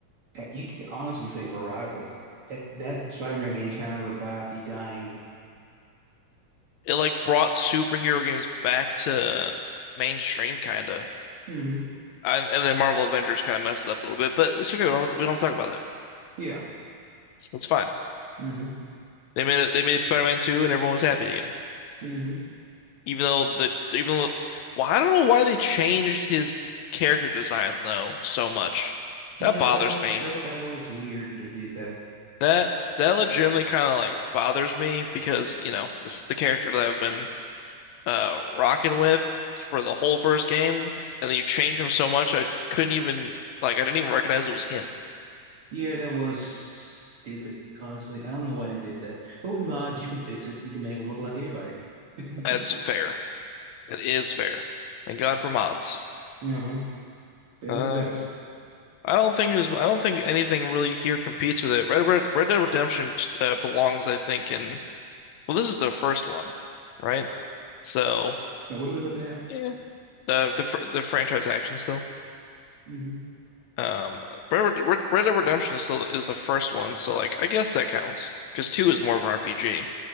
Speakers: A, on the right (about 50°); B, on the left (about 75°).
A: Uh, You can honestly say Revival. That that Spider-Man game kind of revived the dying.
B: It like brought superhero games back to mainstream, kinda.
A: hmm
B: and, and then Marvel Avengers kind of messed it up a little bit, but it's okay. We don't we don't talk about that.
A: yeah.
B: It's fine.
A: mm-hmm.
B: They made it. They made Spider-Man two, and everyone was happy again.
A: hmm
B: Even though the even though, well, I don't know why they changed his character design though so much.
A: Yeah,
B: That bothers
A: that was
B: me.
A: that, wa- that was weird they did that.
B: That that legitimately kind of like bothers me because you know this is the character that I've been uh rocking with for the whole first game, and then you change him so much I couldn't even like I didn't even recognize it was him.
A: Yeah, that was stupid, honestly. I don't know why they did that. But with mods, you can fix it. You can make them look like anybody. <laughs>
B: That's fair. That is fair. Thank God for mods.
A: Uh-huh. They
B: Uh,
A: are the best.
B: I don't think there's. I don't think anything really here competes with it. Red Red, Red Dead Redemption t- uh, belongs, I think, in. Well, this is the first one, right? So
A: Wait, what are we looking at?
B: yeah, uh, the fr- the franchise action still.
A: Mm-hmm.
B: Um, Red, Red Red Dead Redemption is still is the first one, so like I guess that counts because two is more of an RPG,